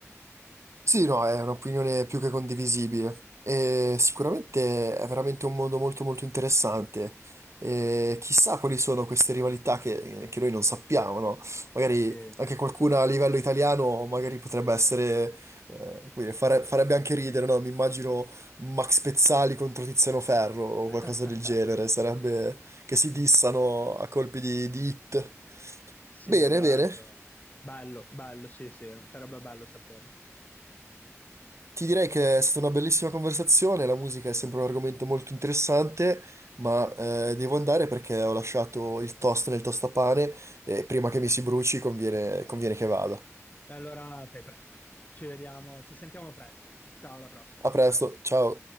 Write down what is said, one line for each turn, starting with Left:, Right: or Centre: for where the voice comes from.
Right: Sì, no, è un'opinione più che condivisibile e sicuramente è veramente un mondo molto molto interessante. E chissà quali sono queste rivalità che, che noi non sappiamo, no? Magari
Left: Sì.
Right: anche qualcuna a livello italiano magari potrebbe essere, eh, come dire, fare- farebbe anche ridere, no? Mi immagino Max Pezzali contro Tiziano Ferro o
Left: <laughs>
Right: qualcosa del genere, sarebbe che si dissano a colpi di, di hit.
Left: Sì,
Right: Bene,
Left: tra
Right: bene.
Left: l'altro, bello, bello, sì, sì, sarebbe bello saperlo.
Right: Ti direi che è stata una bellissima conversazione, la musica è sempre un argomento molto interessante, ma eh, devo andare perché ho lasciato il toast nel tostapane e prima che mi si bruci conviene, conviene che vada.
Left: E Allora fai presto. Ci vediamo, ci sentiamo presto. Ciao, alla prossima.
Right: A presto, ciao!